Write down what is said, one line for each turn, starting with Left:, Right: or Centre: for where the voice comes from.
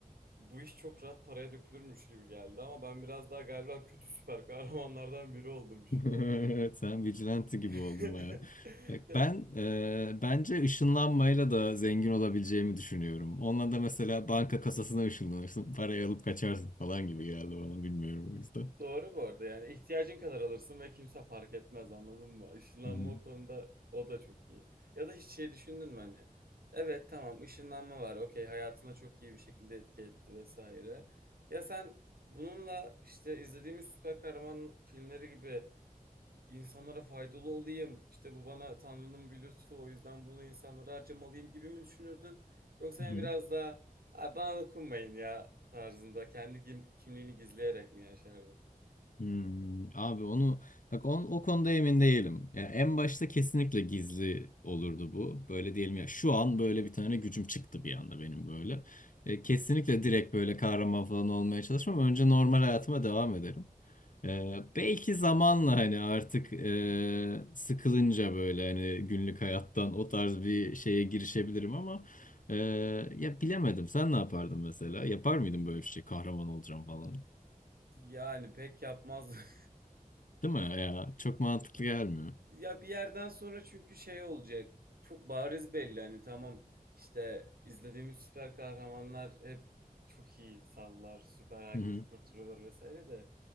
Right: bu iş çok rahat paraya dökülürmüş gibi geldi ama ben biraz daha galiba kötü süper kahramanlardan biri oldum şu
Left: <laughs>
Right: an.
Left: Sen vigilante gibi
Right: <laughs>
Left: oldun baya. Bak
Right: Ya,
Left: ben e, bence ışınlanmayla da zengin olabileceğimi düşünüyorum. Onunla da mesela banka kasasına ışınlanırsın, parayı alıp kaçarsın falan gibi geldi bana bilmiyorum o yüzden.
Right: Doğru bu arada yani ihtiyacın kadar alırsın ve kimse fark etmez anladın mı? Işınlanma
Left: Hı hı.
Right: o konuda o da çok iyi. Ya da hiç şey düşündün mü hani? Evet tamam ışınlanma var okey hayatına çok iyi bir şekilde etki etti vesaire. Ya sen bununla işte izlediğimiz süper kahraman filmleri gibi insanlara faydalı olayım. işte bu bana Tanrı'nın bir lütfu o yüzden bunu insanlara harcamalıyım gibi mi düşünürdün? Yoksa
Left: Hı
Right: yani
Left: hı.
Right: biraz daha "Abi bana dokunmayın ya tarzında kendi kim- kimliğini gizleyerek mi yaşardın?
Left: Hmm, abi onu bak on, o konuda emin değilim. Ya en başta kesinlikle gizli olurdu bu. Böyle diyelim ya şu an böyle bir tane gücüm çıktı bir anda benim böyle. E, kesinlikle direkt böyle kahraman falan olmaya çalışmam. Önce normal hayatıma devam ederim. E, belki zamanla hani artık e, sıkılınca böyle hani günlük hayattan o tarz bir şeye girişebilirim ama e, ya bilemedim. Sen ne yapardın mesela? Yapar mıydın böyle bir şey? Kahraman olacağım falan.
Right: Yani pek yapmaz. <laughs>
Left: Değil mi ya? Çok mantıklı gelmiyor.
Right: Ya bir yerden sonra çünkü şey olacak. Çok bariz belli hani tamam işte izlediğimiz süper kahramanlar hep çok iyi insanlar, süper herkesi
Left: Hı hı.
Right: kurtarıyorlar vesaire de